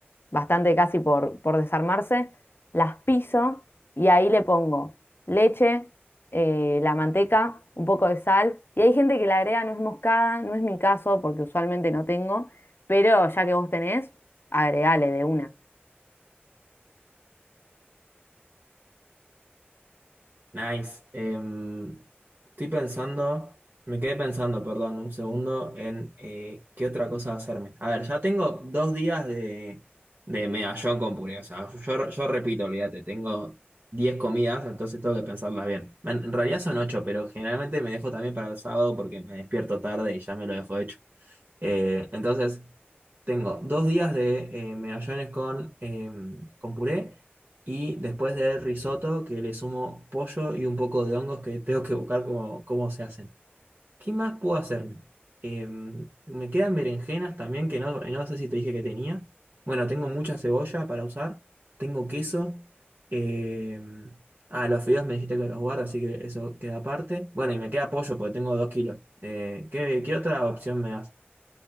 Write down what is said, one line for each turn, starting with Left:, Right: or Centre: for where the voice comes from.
Left: bastante casi por, por desarmarse, las piso y ahí le pongo leche, eh, la manteca, un poco de sal. Y hay gente que le agrega nuez moscada, no es mi caso porque usualmente no tengo, pero ya que vos tenés, agregale de una.
Right: Nice. Em, estoy pensando, me quedé pensando, perdón, un segundo, en eh, qué otra cosa hacerme. A ver, ya tengo dos días de, de medallón con puré. O sea, yo, yo repito, olvídate, tengo 10 comidas, entonces tengo que pensarlas bien. En, en realidad son 8, pero generalmente me dejo también para el sábado porque me despierto tarde y ya me lo dejo hecho. Eh, entonces, tengo dos días de eh, medallones con, em, con puré. Y después de risotto, que le sumo pollo y un poco de hongos que tengo que buscar cómo, cómo se hacen. ¿Qué más puedo hacerme? Em, me quedan berenjenas también, que no, no sé si te dije que tenía. Bueno, tengo mucha cebolla para usar. Tengo queso. em, ah, los fideos me dijiste que los guardas, así que eso queda aparte. Bueno, y me queda pollo porque tengo dos kilos. Eh, ¿qué, qué otra opción me das?